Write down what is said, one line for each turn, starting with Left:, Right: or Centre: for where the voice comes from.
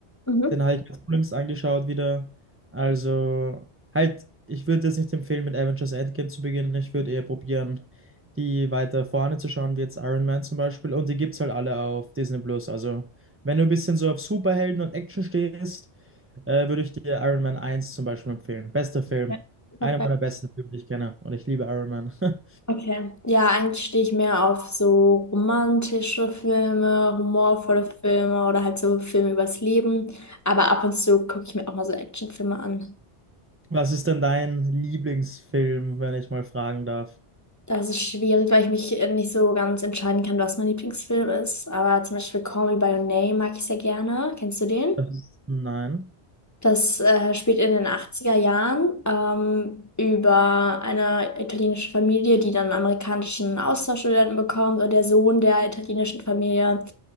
Left: Mhm.
Right: Den habe ich mir jetzt unlängst angeschaut wieder. Also, halt, ich würde jetzt nicht empfehlen, mit Avengers Endgame zu beginnen. Ich würde eher probieren, die weiter vorne zu schauen, wie jetzt Iron Man zum Beispiel. Und die gibt's halt alle auf Disney Plus. Also, wenn du ein bisschen so auf Superhelden und Action stehst, äh, würde ich dir Iron Man eins zum Beispiel empfehlen. Bester Film.
Left: Ja, perfekt.
Right: Einer meiner besten Filme, die ich kenne. Und ich liebe Iron Man. <laughs>
Left: Okay. Ja, eigentlich stehe ich mehr auf so romantische Filme, humorvolle Filme oder halt so Filme übers Leben. Aber ab und zu gucke ich mir auch mal so Actionfilme an.
Right: Was ist denn dein Lieblingsfilm, wenn ich mal fragen darf?
Left: Das ist schwierig, weil ich mich äh, nicht so ganz entscheiden kann, was mein Lieblingsfilm ist. Aber zum Beispiel Call Me by Your Name mag ich sehr gerne. Kennst du den?
Right: Das ist, nein.
Left: Das äh, spielt in den achtziger Jahren ähm, über eine italienische Familie, die dann einen amerikanischen Austauschstudenten bekommt. Und der Sohn der italienischen Familie,